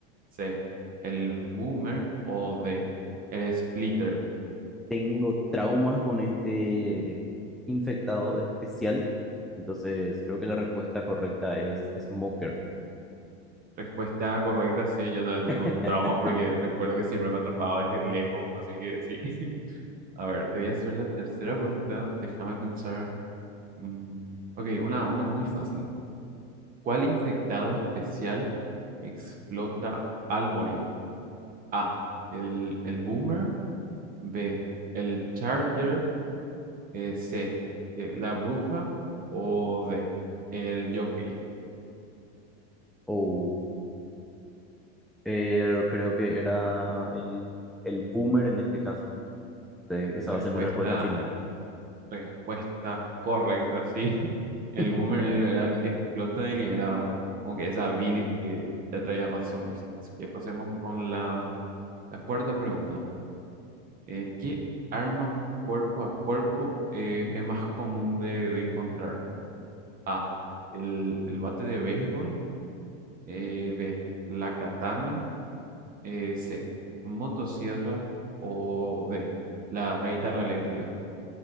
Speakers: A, on the right; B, in the centre.
A: C. El Boomer. O D. El Splitter.
B: tengo traumas con este infectado especial. Entonces, creo que la respuesta correcta es Smoker.
A: Respuesta correcta, sí, yo también
B: <laughs>
A: tengo traumas porque recuerdo que siempre me atrapaba desde lejos, así que sí. <laughs> A ver, te voy a hacer la tercera pregunta. Déjame pensar. Mm, ok, una, una muy fácil. ¿Cuál infectado especial explota al morir? A. El, el Boomer. B, el Charger, eh, C, eh, la bruja o D, el jockey.
B: O eh, creo que era el, el Boomer en este caso. Entonces, esa
A: Respuesta,
B: va a ser mi respuesta final.
A: respuesta correcta, sí. <laughs>
B: <laughs>
A: El boomer era el que explota y libera como que esa bilis que te atraía más zombies. Así que pasemos con la, la cuarta pregunta. Eh, ¿qué arma cuerpo a cuerpo eh, es más común de, de encontrar? A, el, el bate de béisbol, eh, B, la katana. Eh, C, motosierra o D, la, la guitarra eléctrica.